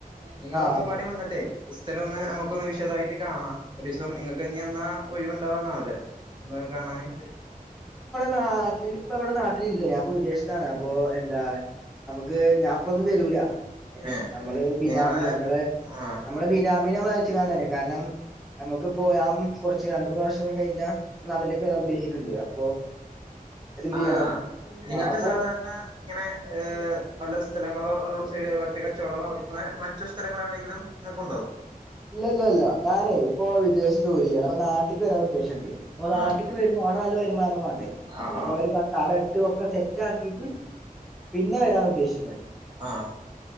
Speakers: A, on the right; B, in the centre.
A: നിങ്ങളൊന്നും
B: ആഹ്
A: പാടി വന്നിട്ടെ ക്രിസ്തല ഒന്ന് നമുക്ക്- ഒന്ന് വിശദായിട്ട് കാണാം ഒരു ദിവസം നിങ്ങക്ക് ഇനി എന്നാ ഒഴിവുണ്ടാവാന്നാവലേ- എന്നാ കാണാന്-
B: നാട്ടിൽ ഇപ്പ ഇവിടെ നാട്ടിലില്ല ഞാൻ വിദേശത്താണ് അപ്പൊ എന്താ നമുക്ക്- ത് ഞാ ഇപ്പം ഒന്നും വരൂല
A: ഏഹ്
B: നമ്മള് ബിനാമി
A: നിങ്ങളെ
B: നമ്മള്
A: ആഹ്
B: നമ്മെ ബിനാമിന വാങ്ങിച്ചാണ്ട് കാരണം നമ്മുക്ക്പ്പോ ഞൻ കുറച് ച്ച് രണ്ടുപ്രാവശ്യം- കഴിഞ്ഞാൽ ഞാൻ നാട്ടിലേക്ക്- വരാൻ ഉദ്ദേശിക്കുന്നുണ്ട് അപ്പൊ എന്ത്
A: ആ
B: ചെയ്യണം
A: നിങ്ങൾക്ക്
B: ആ അപ്പൊ
A: സാധാരണ ഇങ്ങനെ ഏ നല്ല സ്ഥലങ്ങളോരോട്- മറ്റ് കച്ചവടം നടത്തുന്ന മറ്റു സ്ഥലങ്ങൾ എവിടെയെങ്കിലും നിങ്ങൾക്കുണ്ടോ
B: ഇല്ലല്ല ഇല്ല ഞാനേ ഇപ്പൊ വിദേശത്ത് ജോലി ചെയ്യണ് അപ്പൊ നാട്ട്ക്ക് വരാൻ ഉദ്ദേശമുണ്ട് അപ്പൊ നാട്ട്ക്ക്
A: ആഹ്
B: വരുമ്പോൾ അവിടെ വല്ല വരുമാനം വേണ്ടേ
A: ആഹ്
B: അപ്പൊ
A: ആഹ്
B: അവര് ആടെ കടെക്കെ സെറ്റ് ആക്കിട്ട് പിന്നെ വരാൻ ഉദ്ദേശിക്കണെ
A: ആഹ്